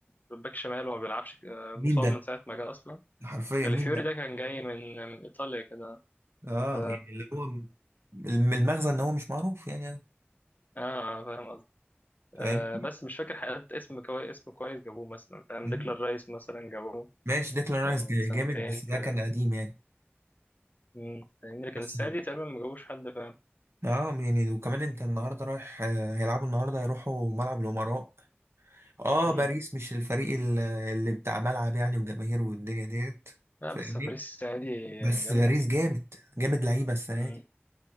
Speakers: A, on the left; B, on the right.
A: باك شمال وما بيلعبش آه،
B: مين
A: مصاب
B: ده
A: من ساعة ما جه أصلا
B: حرفيا
A: كالافيوري
B: مين ده
A: ده كان جاي من من إيطاليا كده
B: اه
A: ف...
B: يعني اللي هو م- المغزى ان هو مش معروف يعني
A: اه فاهم قصدي آه
B: فاهم
A: بس مش فاكر حقيقة اسم كويس اسم كويس جابوه مثلا فاهم
B: مم.
A: ديكلان رايس مثلا جابوه
B: ماشي ديكلان رايس
A: آه، من
B: ج-
A: سنتين
B: جامد بس
A: كده
B: ده كان قديم يعني
A: امم فاهمني لكن
B: بس
A: السنة دي تقريبا ما جابوش حد فاهم
B: اه يعني وكمان انت النهارده رايح آه، هيلعبوا النهارده هيروحوا ملعب الامراء اه
A: امم
B: باريس مش الفريق ال- اللي بتاع ملعب يعني وجماهير والدنيا ديت
A: لا
B: فاهمني
A: بس باريس السنة دي
B: بس
A: جامدة
B: باريس جامد جامد لعيبه السنه
A: امم